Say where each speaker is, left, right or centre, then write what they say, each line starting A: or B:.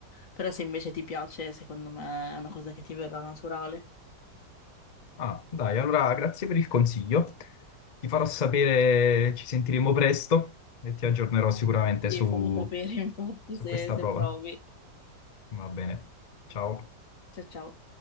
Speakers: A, on the left; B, on the left.
A: Però se invece ti piace, secondo me è una cosa che ti verrà naturale.
B: Ah, dai, allora grazie per il consiglio, ti farò sapere, ci sentiremo presto e ti aggiornerò sicuramente
A: Sì,
B: su,
A: fammi sapere <laughs> infatti
B: su
A: se,
B: questa
A: se
B: prova.
A: provi.
B: Va bene, ciao.
A: Ciao ciao.